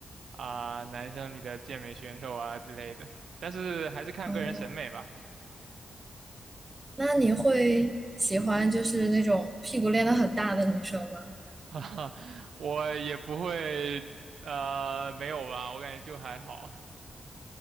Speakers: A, on the right (about 75°); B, on the right (about 20°).
A: 啊、男生里的健美选手啊之类的。但是还是看个人审美吧，
B: 哦，那你会喜欢就是那种屁股练得很大的女生吗？
A: <laughs> 哈哈，我也不会呃没有吧，我感觉就还好，